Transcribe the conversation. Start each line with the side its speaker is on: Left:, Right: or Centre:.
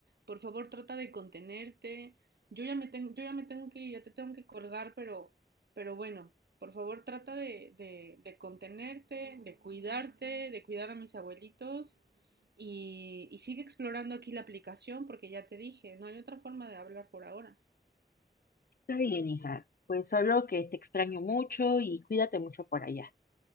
Right: por favor trata de contenerte. Yo ya me tengo, yo ya me tengo que ir, ya te tengo que colgar, pero, pero bueno, por favor trata de, de, de contenerte, de cuidarte, de cuidar a mis abuelitos y, y sigue explorando aquí la aplicación porque ya te dije, no hay otra forma de hablar por ahora.
Left: Está bien, hija. Pues solo que te extraño mucho y cuídate mucho por allá.